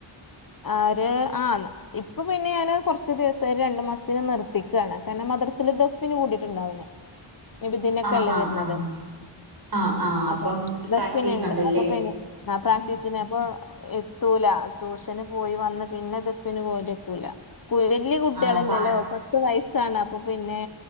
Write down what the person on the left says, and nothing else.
ആര് ആന്ന് ഇപ്പൊപിന്നെഞാന് കുറച്ച്ദിവസായിട്ട് രണ്ടുമാസത്തിന് നിർത്തിക്കാണ് കാരണം മദ്രസില്ദെഫ് ഫ്ന് കൂടിയിട്ടുണ്ടവന് നിബിദിനൊക്കെ
അല്ലേ
വരുന്നത്
<unintelligible>
ആ പ്രാക്ടീസിനപ്പൊ എത്തൂലാ, ടൂഷ അന് പോയി വന്ന് പിന്നെ ദഫ്ന് പോല എത്തൂല വല്യ കുട്ടികളല്ലല്ലോ
പത്ത് വയസ്സാണ്അപ്പൊപിന്നെ